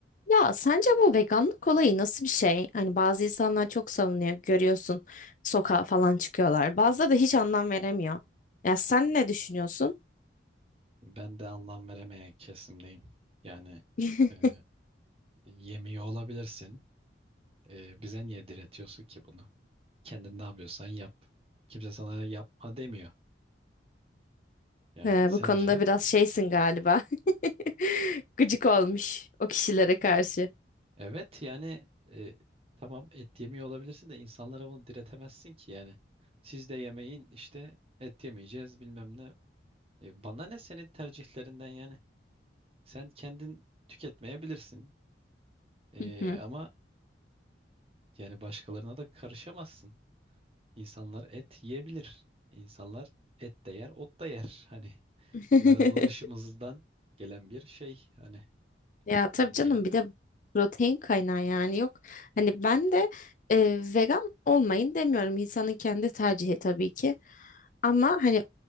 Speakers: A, on the left (about 45°); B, on the right (about 30°).
A: Ya sence bu veganlık olayı nasıl bir şey? Hani bazı insanlar çok savunuyor, görüyorsun, sokağa falan çıkıyorlar. Bazıları da hiç anlam veremiyor. Ya sen ne düşünüyorsun?
B: Ben de anlam veremeyen kesimdeyim. Yani
A: <laughs>
B: e, yemiyor olabilirsin. E, bize niye diretiyorsun ki bunu? Kendin ne yapıyorsan yap. Kimse sana yapma demiyor. Yani
A: Ee,
B: sence?
A: bu konuda biraz şeysin galiba. <laughs> Gıcık olmuş o kişilere karşı.
B: Evet yani e, tamam et yemiyor olabilirsin de insanlara bunu diretemezsin ki yani. Siz de yemeyin işte et yemeyeceğiz bilmem ne. E, bana ne senin tercihlerinden yani. Sen kendin tüketmeyebilirsin. E,
A: Hı hı.
B: ama yani başkalarına da karışamazsın. İnsanlar et yiyebilir. İnsanlar et de yer, ot da yer. <laughs> Hani
A: <laughs>
B: yaratılışımızdan gelen bir şey. Hani
A: Ya tabii
B: ne
A: canım
B: bileyim.
A: bir de protein kaynağı yani yok. Hani ben de e, vegan olmayın demiyorum. İnsanın kendi tercihi tabii ki. Ama hani